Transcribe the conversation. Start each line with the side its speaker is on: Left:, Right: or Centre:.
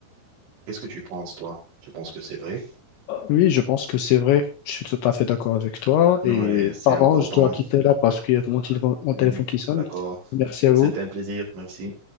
Right: Qu'est-ce que tu penses, toi? Tu penses que c'est vrai?
Left: Oui, je pense que c'est vrai. Je suis tout à fait d'accord avec toi.
Right: Ouais,
Left: Et
Right: c'est
Left: pardon,
Right: important.
Left: je dois quitter là parce qu'il y a mon téléphone, mon
Right: Hmm,
Left: téléphone qui sonne.
Right: D'accord.
Left: Merci à
Right: C'était
Left: vous.
Right: un plaisir. Merci.